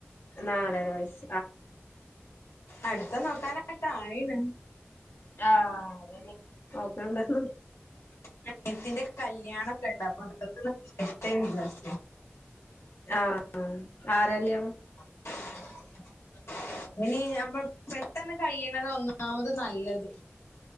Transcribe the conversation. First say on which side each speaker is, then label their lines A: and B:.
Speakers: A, on the left; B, on the left.
A: നാലര വയസ്.
B: അടുത്തത് നോക്കാനോക്കായിണ്.
A: ആഹ് അതന്നെ നോക്ക്ണ്ടോ ഹ്
B: ന്റെ അനിയത്തിന്റെ കല്യാണൊക്കെണ്ട് അപ്പൊ അതൊക്കെയൊന്ന് കയ്യട്ടെന്ന് <inaudible>
A: ആഹാ ആഹാ ആര കല്യാണം?
B: <inaudible> അയ്ന് <inaudible> പെട്ടെന്ന് കൈയ്ണതാ ഒന്നാമത് നല്ലത്